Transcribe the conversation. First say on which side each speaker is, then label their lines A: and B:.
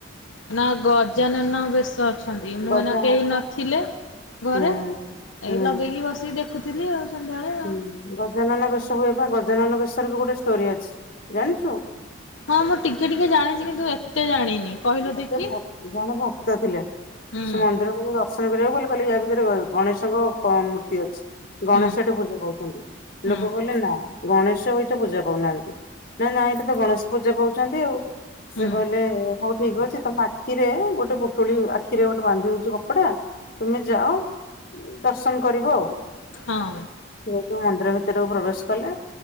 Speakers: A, on the left (about 75°); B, on the left (about 50°).
A: ନା ଗଜାନନ ବେଶ ଅଛନ୍ତି ମୁଁ
B: ଗଜା
A: ଏନା କେହି
B: ହବ
A: ନଥିଲେ ଘରେ
B: ହୁଁ ହୁଁ
A: ଏଇ ଲଗେଇକି ବସିକି ଦେଖୁଥିଲି ଆଉ! ସନ୍ଧ୍ୟାବେଳେ ଆଉ।
B: ହୁଁ ଗଜାନନ ବେଶ ହୁଏ ବା ଗଜାନନ ବେଶରେ ବି ଗୋଟେ ଷ୍ଟୋରି ଅଛି, ଜାଣିଛୁ?
A: ହଁ ମୁଁ ଟିକେ ଟିକେ ଜାଣିଛି କିନ୍ତୁ ଏତେ ଜାଣିନି କହିଲ
B: ଗୋଟେ
A: ଦେଖି
B: ପ ଜଣେ ଭକ୍ତ ଥିଲେ
A: ହୁଁ
B: ସେ ମନ୍ଦିର ଗ ଦର୍ଶନ କ <unintelligible> ଭିତରେ ଗଣେଶ କ ମୂର୍ତ୍ତି ଅଛି, ଗଣେଶଠି
A: ହୁଁ। ହୁଁ
B: ପୂଜା କୁଛନ୍ତି,
A: ହୁଁ
B: ଲୋକ କହିଲେ ନା! ଗଣେଶ ଏଇଟା ପୂଜା ପାଉନାହାନ୍ତି ନାଇ ନା ଏଇଟା ତ ଗଣେଶ ପୂଜା ପାଉଛନ୍ତି ଆଉ
A: ହୁଁ
B: ସେବ ଲେ ଠିକ ଅଛି ତମ ଆଖିରେ ଗୋଟେ ପୋଟୁଳି ଆଖିରେ ଗୋଟେ ବାନ୍ଧି ଦଉଚୁ କପଡା ତୁମେ ଯାଅ ଦର୍ଶନ କରିବ ଆଉ।
A: ହଁ!
B: ଯେହେତୁ ମନ୍ଦିର ଭିତରକୁ ପ୍ରବେଶ କଲେ